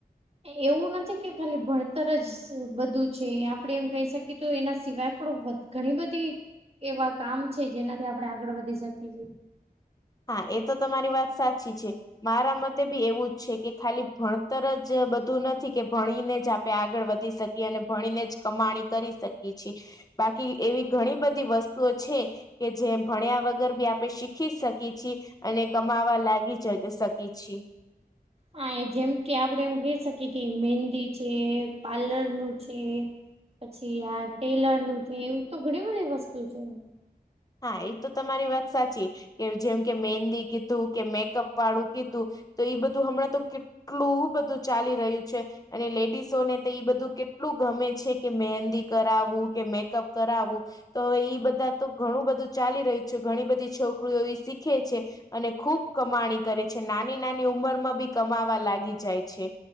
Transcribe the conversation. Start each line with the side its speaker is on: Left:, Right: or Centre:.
Right: એવું નથી કે ખાલી ભણતર જ બધું છે. આપણેે એમ કહી શકીએ તો એના સિવાય આપ ઘણી બધી એવા કામ છે જેનાથી, આપણે આગળ વધી શકીએ છીએ.
Left: હા એ તો તમારી વાત સાચી છે મારા મત બી એવું જ છે કે ખાલી ભણતર જ બધું નથી કે ભણીને જ આપે આગળ વધી શકી અને ભણીને જ કમાણી કરી શકીએ છીએ. બાકી એવી ઘણી બધી વસ્તુઓ છે કે જેમ ભણ્યા વગર બી આપણે શીખી શકીએ છીએ, અને કમાવા લાગી જ શકીએ છીએ.
Right: હા જેમ કે આપડે એમ કઈ શકીએ કે, મહેંદી છે પાલરનું છે. પછી આ ટેલર નું છે એમ તો ઘણી બધી વસ્તુ છે.
Left: હા એ તો તમારી વાત સાચી. કે જેમ કે મેંદી કીધું કે, મેકઅપ વાળું કીધું તો, બધું હમણાં તો એટલું બધું ચાલી રહ્યું છે અને લેડીસો ને તો બધું કે એટલું ગમે છે. કે મહેંદી કરાવું કે, મેકઅપ કરાવવું તો હવે ઈ બધા તો ઘણું બધું ચાલી રહ્યું છે. ઘણી બધી છોકરીઓ એ શીખે છે. અને ખુબ કમાણી કરે છે. નાની નાની ઉંમર માં બી કમાવા લાગી જાય છે.